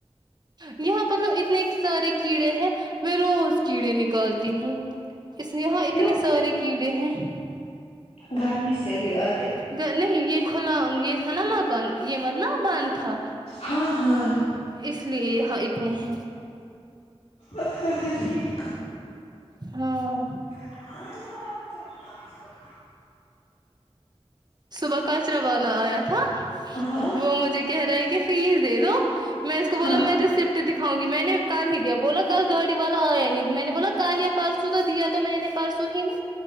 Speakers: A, on the right; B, on the left.
A: یہاں مطلب اتنے سارے کیڑے ہیں میں روز کیڑے نکالتی ہوں اس یہاں اتنے
B: کیوں
A: سارے کیڑے ہیں
B: گرمی سے بھی ا
A: نہیں یہ کھلا یہ تھا نا مگ کل یہ مت نہ بند تھا
B: ہاں ہاں
A: اس لیے یہاں اتنے ہیں
B: اچھا ہے ٹھیک
A: ہاں
B: <unintelligible>
A: صبح کچرا والا آیا تھا
B: ہاں
A: وہ مجھے کہہ رہا ہے کہ فیس دے دو میں اس کو بولا
B: ہاں
A: میں ریسپٹ دکھاؤں گی میں نے کل ہی دیا بولا کل گاڑی والا آیا نہیں میں نے بولا کل یا پرسوں تو دیا تو میں نے پرسوں ہی نا